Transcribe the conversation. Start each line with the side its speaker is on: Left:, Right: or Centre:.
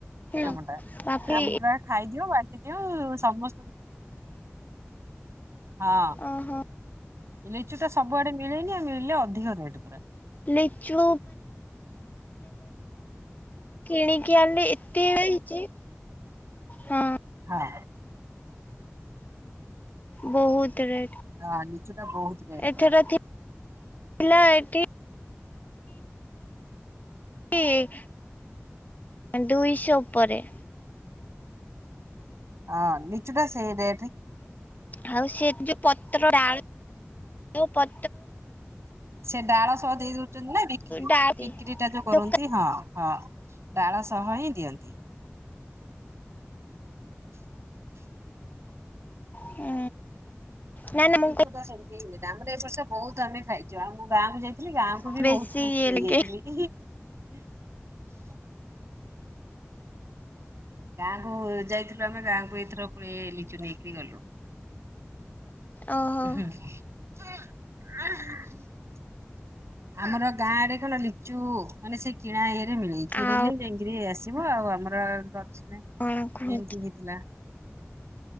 Left: ହୁଁ
Right: ଆମଟା
Left: ବାପି
Right: ଆମ ଟା ଖାଇଦିଅ ବାନଟି ଦିଅ ସମସ୍ତଙ୍କୁ। ହଁ
Left: ଅ ହୋ
Right: ଲିଚୁ ଟା ସବୁଆଡେ ମିଲେନି ମିଳିଲେ ଅଧିକ ରେଟ ପା
Left: ଲିଚୁ କିଣି କିି ଆଁଳି ଇ ଇଯି ହଁ
Right: ହଁ
Left: ବହୁତ ରେଟ
Right: ହଁ ଲିଚୁ ଟା ବହୁତ ରେଟ୍ ପୁରା।
Left: ଏଥରଥି ଥିଲା ଏଠି। ଇ ଦୁଇଶହ ଉପରେ
Right: ହଁ ନିଚୁଟା ସେଇଦ
Left: ଆଉ ସେ ଯୋଉ ପତ୍ରଡା ତୁ ପ
Right: ସେ ଡାଳ ସହ ଦେଇଦଉଛନ୍ତି ନା ବିକି
Left: ଡାଳ
Right: ବିକ୍ରି ଟା ଯୋଉ କରନ୍ତି
Left: ଦୋକାନ
Right: ହଁ ହଁ। ଡାଳ ସହ ହିଁ ଦିଅନ୍ତି। <inaudible>
Left: ହୁଁ। ନା ନା ମୁଁ
Right: ମିଛୁଟା ସେମତି ହେଲେ। ଦାମର ଏ ବର୍ଷ ବହୁତ ଆମେ ଖାଇଛୁ ଆମ ଗାଁକୁ ଯାଇଥିଲି ଗାଁକୁ
Left: କହି-
Right: ବି
Left: ବେଶୀ
Right: ବହୁତ ଲିଚି
Left: ଇଏ
Right: ନେଇଯାଇଥିଲି।
Left: ଲାଗେ
Right: <inaudible> ଗାଁକୁ ଯାଇଥିଲୁ ଆମେ ଗାଁକୁ ଏଇଥର ପୁଳେ ଲିଚୁ ନେଇକରି ଗଲୁ। ହୁଁ
Left: ଓହୋ
Right: ଆମର ଗାଁରେ କଣ ଲିଚୁ ମାନେ ସିଏ କିଣା ଇ ମିିଳେ କିଣିଲେ
Left: ଆଉ
Right: ଯାଇଁକିରି ଆସିବ ଆଉ ଆମର ଗଛ
Left: କଣ କୁହନ୍ତୁ
Right: ଏମତି ହେଇଥିଲା।